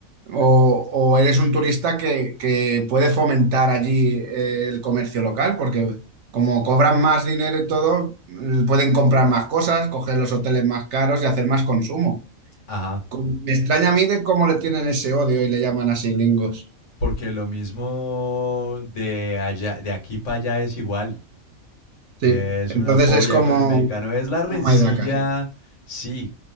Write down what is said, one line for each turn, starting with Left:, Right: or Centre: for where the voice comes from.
Right: o, o eres un turista que, que puede fomentar allí eh, el comercio local, porque como cobran más dinero y todo, eh, pueden comprar más cosas, coger los hoteles más caros y hacer más consumo.
Left: ajá.
Right: Como- Me extraña a mí de cómo le tienen ese odio y le llaman así gringos.
Left: Porque lo mismo de allá, de aquí para allá es igual.
Right: Sí,
Left: Es
Right: entonces
Left: una fobia
Right: es como
Left: con el mexicano. Es la rencilla,
Right: toma y daca, sí.
Left: sí.